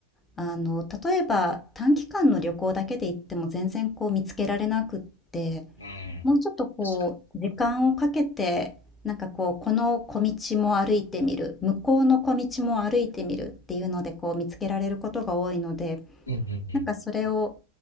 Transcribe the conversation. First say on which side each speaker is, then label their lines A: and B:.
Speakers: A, on the left; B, on the left.
A: あの、例えば短期間の旅行だけで行っても全然こう見つけられなくって、
B: うん。
A: もうちょっとこう、
B: 確か
A: 時間をかけて、なんかこう、この小道も歩いてみる、向こうの小道も歩いてみるっていうので、こう見つけられることが多いので、
B: に。うん
A: なんかそれを、